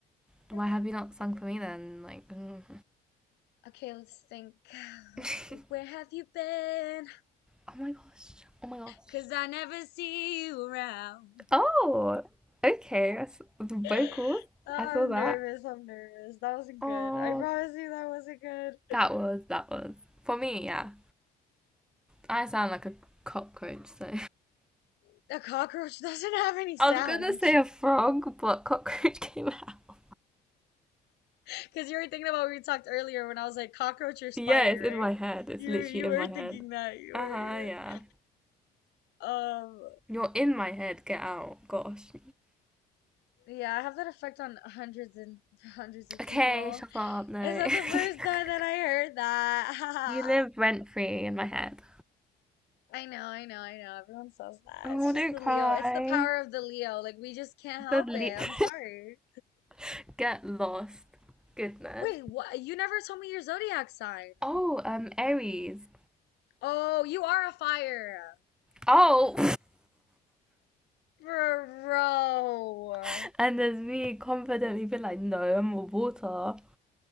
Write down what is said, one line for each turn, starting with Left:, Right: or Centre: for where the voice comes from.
Centre: Why
Left: Yep.
Centre: have you not sung
Left: Yep.
Centre: for me then? Like, mm.
Left: Okay, let's think. <sighs>
Centre: <laughs>
Left: Where have you been?
Centre: oh my gosh, oh my gosh.
Left: 'Cause I never see you around.
Centre: Oh, okay. That's the vocals.
Left: <gasps> <laughs> I'm
Centre: I saw that.
Left: nervous. I'm nervous. That wasn't
Centre: Oh,
Left: good. I promise you that wasn't good.
Centre: that was that was for me. Yeah, I sound like a cockroach. So
Left: <laughs> A cockroach doesn't have
Centre: <laughs>
Left: any sound.
Centre: I was gonna say a frog, but cockroach <laughs> came out.
Left: Because you were thinking about what we talked earlier when I was like cockroach or spider,
Centre: Yeah, it's in
Left: right?
Centre: my head. It's
Left: You
Centre: literally
Left: were, you
Centre: in
Left: were
Centre: my head.
Left: thinking that you
Centre: Uh
Left: were
Centre: huh.
Left: you were.
Centre: Yeah.
Left: Um,
Centre: You're in my head. Get out. Gosh.
Left: yeah, I have that effect on hundreds and <laughs> hundreds
Centre: <laughs>
Left: of
Centre: okay,
Left: people.
Centre: shut up. No.
Left: Is that
Centre: <laughs>
Left: the first time that I heard that?
Centre: You live rent free in my head.
Left: <laughs> I know, I know, I know. Everyone says that.
Centre: Oh,
Left: It's
Centre: don't
Left: just the
Centre: cry.
Left: Leo. It's the power of the Leo. Like we just can't help
Centre: The leech.
Left: it. I'm sorry.
Centre: <laughs> Get lost. Goodness.
Left: Wait, what? You never told me your zodiac sign.
Centre: Oh, um, Aries.
Left: Oh, you are a fire.
Centre: Oh.
Left: Bro.
Centre: <laughs> and there's me confidently being like, no, I'm a water.